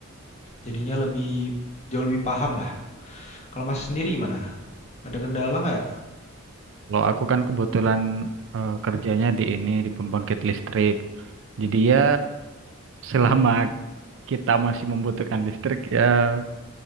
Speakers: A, on the left; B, on the right.
A: jadinya lebih jauh lebih paham lah. Kalau Mas sendiri gimana? Ada kendala nggak?
B: kalau aku kan kebetulan eh, kerjanya di ini, di pembangkit listrik. Jadi ya selama
A: Mmm,
B: kita masih membutuhkan listrik ya